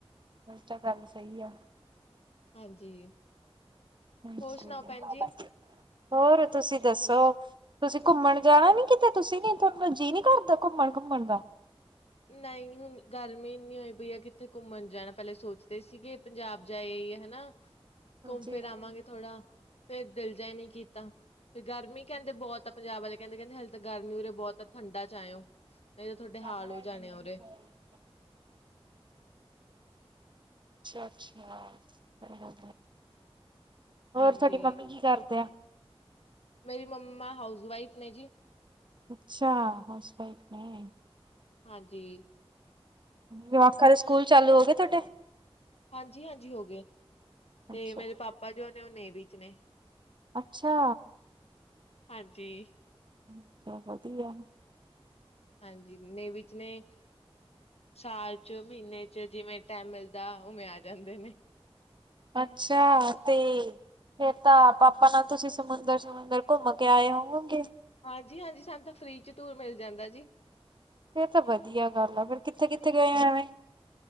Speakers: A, on the right (about 50°); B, on the left (about 85°).
A: ਇਹ ਤਾਂ ਗੱਲ ਸਈ ਆ
B: ਹਾਂਜੀ,
A: ਹਾਂਜੀ
B: ਹੋਰ ਸੁਣਾਓ ਭੈਣ ਜੀ?
A: ਹੋਰ ਤੁਸੀਂ ਦੱਸੋ ਤੁਸੀਂ ਘੁੰਮਣ ਜਾਣਾ ਨੀ ਕਿਤੇ, ਤੁਸੀਂ ਨੀ ਤੁਹਾਨੂੰ ਜੀਅ ਨੀ ਕਰਦਾ ਘੁੰਮਣ-ਘੁੰਮਣ ਦਾ
B: ਨਈ ਹੁਣ ਗਰਮੀ ਇੰਨੀ ਹੋਈ ਪਈ ਆ, ਕਿੱਥੇ ਘੁੰਮਣ ਜਾਣਾ ਪਹਿਲੇ ਸੋਚਦੇ ਸੀਗੇ ਪੰਜਾਬ ਜਾ ਆਈ ਆ ਹਨਾ, ਘੁੰਮ
A: ਜੀ
B: ਫਿਰ ਆਵਾਂਗੇ ਥੋੜਾ ਫੇਰ ਦਿਲ ਜਾ ਈ ਨੀ ਕੀਤਾ ਫੇਰ ਗਰਮੀ ਕਹਿੰਦੇ ਬਹੁਤ ਆ ਪੰਜਾਬ ਵਾਲੇ ਕਹਿੰਦੇ, ਕਹਿੰਦੇ ਹਾਲੇ ਤਾਂ ਗਰਮੀ ਉਰੇ ਬਹੁਤ ਠੰਡਾ ਚ ਆਇਓ ਨਈ ਤਾਂ ਤੁਹਾਡੇ
A: ਸਾਹਮਣੇ
B: ਹਾਲ ਹੋ ਜਾਣੇ
A: ਬੰਦੇ
B: ਆ
A: ਨੂੰ
B: ਉਰੇ
A: ਪ੍ਰੋਬਲਮ ਅੱਛਾ-ਅੱਛਾ, ਹੋਰ
B: ਹਾਂਜੀ।
A: ਤੁਹਾਡੀ ਮੰਮੀ ਕੀ ਕਰਦੇ ਆ?
B: ਮੇਰੀ ਮੰਮਾ ਹਾਊਸ ਵਾਈਫ ਨੇ ਜੀ।
A: ਅੱਛਾ, ਹਾਊਸ ਵਾਈਫ ਨੇ।
B: ਹਾਂਜੀ।
A: ਜਵਾਖਾ ਦੇ ਸਕੂਲ ਚਾਲੂ ਹੋ ਗਏ ਤੁਹਾਡੇ?
B: ਹਾਂਜੀ-ਹਾਂਜੀ ਹੋ ਗਏ, ਤੇ
A: ਅੱਛਾ
B: ਮੇਰੇ ਪਾਪਾ ਜੋ ਨੇ ਉਹ ਨੇਵੀ ਚ ਨੇ
A: ਅੱਛਾ।
B: ਹਾਂਜੀ।
A: <inaudible>
B: ਹਾਂਜੀ, ਨਈ ਵਿਚਲੇ। ਸਾਲ ਚ, ਮੀਨੇ ਚ ਜਿਵੇਂ ਟੈਮ ਮਿਲਦਾ, ਓਵੇਂ ਆ ਜਾਂਦੇ ਨੇ।
A: ਅੱਛਾ ਤੇ ਫੇਰ ਤਾਂ ਪਾਪਾ ਨਾਲ ਤੁਸੀਂ ਸਮੁੰਦਰ-ਸਮੁੰਦਰ ਘੁੰਮ ਕੇ ਆਏ ਹੋਵੋਗੇ?
B: ਹਾਂਜੀ-ਹਾਂਜੀ, ਸਾਨੂੰ ਤਾ ਫਰੀ ਚ ਟੂਰ ਮਿਲ ਜਾਂਦਾ ਜੀ।
A: ਫੇਰ ਤਾਂ ਵਦੀਆ ਗੱਲ ਆ, ਫੇਰ ਕਿੱਥੇ-ਕਿੱਥੇ ਗਏ ਓ ਐਵੇਂ?